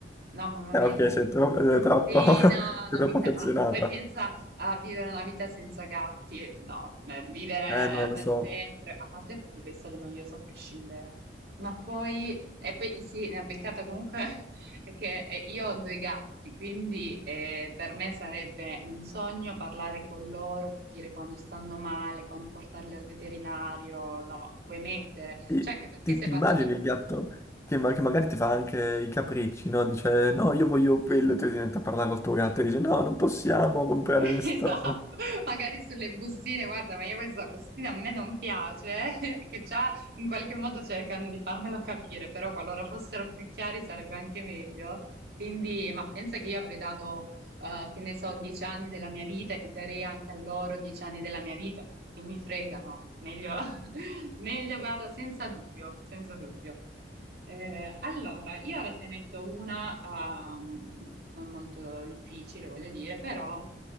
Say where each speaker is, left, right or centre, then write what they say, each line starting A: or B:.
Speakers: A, on the right; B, on the left.
A: No, mamma mia,
B: Eh ok,
A: che...
B: sei troppo, sei troppo,
A: Sì,
B: <laughs>
A: no, non
B: sei troppo
A: mi interessa.
B: affezionata.
A: Ma poi pensa a vivere una vita senza gatti. eh, No, eh, vivere
B: Eh no, lo
A: per
B: so.
A: sempre, a parte potrebbe essere noioso a prescindere. Ma poi, e poi sì, ne ha beccata comunque <laughs> che eh, io ho due gatti, quindi eh, per me sarebbe un sogno parlare con loro, capire quando stanno male, quando portarli al veterinario. No, ma vuoi mettere?
B: Ti,
A: Cioè, anche perché
B: ti-
A: stai
B: ti
A: parlando.
B: immagini il gatto che, ma- che magari ti fa anche i capricci, no? Dice no, io voglio quello, e tu ti metti a parlare col tuo gatto e dice no, non possiamo comprare
A: <laughs>
B: restaurante.
A: Esatto, magari sulle bustine, guarda, ma io questa bustina a me non piace, eh, <laughs> che già in qualche modo cercano di farmelo capire, però qualora fossero più chiari sarebbe anche meglio. Quindi, ma pensa che io avrei dato, eh, che ne so, dieci anni della mia vita, e darei anche a loro dieci anni della mia vita, quindi che mi fregano, meglio, <laughs> meglio, guarda, senza dubbio, senza dubbio. Eh, allora, io ora te ne metto una, ehm, non molto difficile, voglio dire, però...